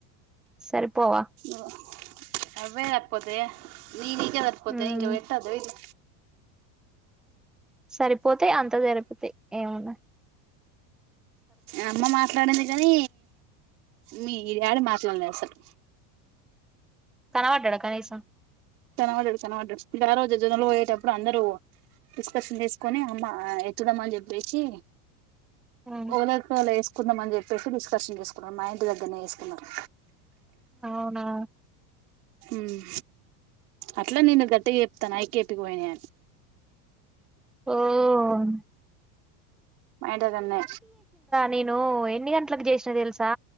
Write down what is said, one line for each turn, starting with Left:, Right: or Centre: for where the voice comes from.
Centre: సరిపోవా
Right: ఓ అవ్వే సరిపోతాయా మియ్యి మీకే సరిపోతాయా
Centre: ఉమ్
Right: ఇంక పెట్టద్దా వీళ్ళు
Centre: సరిపోతాయి అంతా సరిపోతాయి ఏమున్న
Right: అమ్మ మాట్లాడింది కానీ మీ డాడి మాట్లాడలే అసలు
Centre: కనవడ్డడా కనీసం
Right: కనవడ్డడు కనవడ్డడు ఇకా ఆ రోజు జనంలో పోయేటప్పుడు అందరూ డిస్కషన్ చేసుకొని అమ్మ ఎత్తుదం అని చెప్పేసి
Centre: ఉమ్
Right: ఒలక్ వొల వేసుకుందాంమని చె పెట్టి డిస్కర్షన్ చేసుకున్నరు, మా ఇంటి దగ్గరనే వేసుకున్నరు
Centre: అవునా
Right: మ్ అట్లా నేను గట్టిగా చెప్తాను ఐకేపి కిపోయినాయని
Centre: ఓ అం
Right: మా ఇంటి దగ్గరనే
Centre: నేను ఎన్ని గంటలకు చేసిన తెలుసా